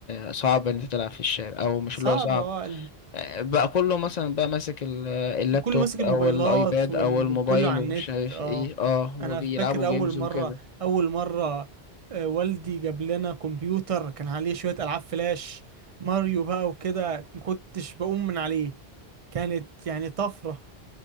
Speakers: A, on the left; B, on the right.
A: آه، صعب ان انت تلعب في الشارع او مش
B: صعب
A: اللي هو صعب
B: اه
A: آه، بقى كله مثلا بقى ماسك ال- اللابتوب
B: كله ماسك
A: او
B: الموبايلات
A: الايباد
B: وال-
A: او الموبايل
B: وكله على
A: ومش
B: النت
A: عارف
B: اه
A: ايه اه
B: انا
A: وبيلعبوا
B: فاكر اول
A: جيمز
B: مره
A: وكده
B: اول مره آه، والدي جاب لنا كمبيوتر كان عليه شويه العاب فلاش ماريو بقى وكده ما كنتش بقوم من عليه كانت يعني طفره